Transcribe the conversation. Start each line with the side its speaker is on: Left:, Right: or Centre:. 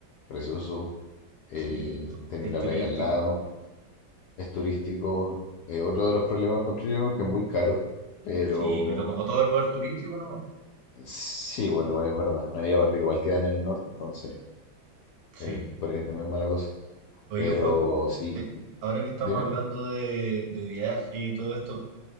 Left: precioso. Eh,
Right: Sí,
Left: tenéis
Right: es
Left: la
Right: turístico.
Left: playa al lado. es turístico. Eh, otro de los problemas encuentro yo que es muy caro, pero
Right: Sí, pero como todo lugar turístico, ¿no?
Left: sí, bueno, igual es verdad. No hay aparte que igual queda en el norte, entonces
Right: Sí.
Left: eh, por ahí también mala cosa.
Right: Oye,
Left: Pero
Right: Joaco,
Left: sí,
Right: te- ahora que estamos
Left: dime.
Right: hablando de, de viaje y todo esto,